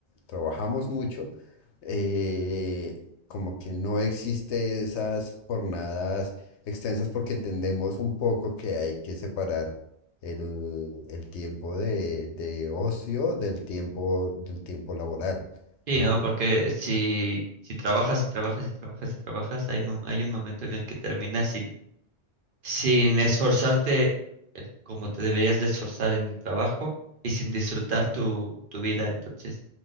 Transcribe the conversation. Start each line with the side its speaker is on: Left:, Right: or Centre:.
Left: trabajamos mucho, eh, como que no existe esas jornadas extensas porque entendemos un poco que hay que separar el, el tiempo de, de ocio del tiempo, del tiempo laboral,
Right: Sí,
Left: ¿no?
Right: ¿no? Porque si, si trabajas y trabajas y trabajas y trabajas, hay, mo- hay un momento en el que terminas sin, sin esforzarte el- como te deberías de esforzar en el trabajo y sin disfrutar tu, tu vida. Entonces,